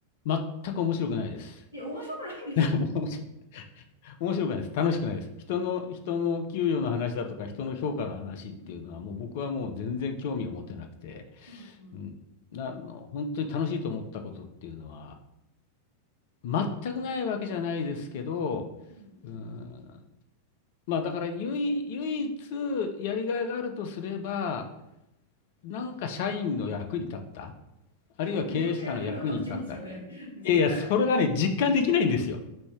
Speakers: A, on the left; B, on the right.
A: 全く面白くないです。
B: え、面白くないんですか
A: <laughs> 面白くないです。楽しくないです。人の、人の給与の話だとか、人の評価の話っていうのは、
B: うん
A: もう僕はもう全然興味を持てなくて、
B: うんうん
A: うん、なあの、本当に楽しいと思ったことっていうのは、全くないわけじゃないですけど、
B: うん
A: うん、まあだから唯、唯一やりがいがあるとすれば、なんか社員の役に立った、あるいは経営者の役に立った。
B: あ、めちゃくちゃ役には立ちますよね。<laughs> 絶対。
A: いやいや、それがね、実感できないんですよ。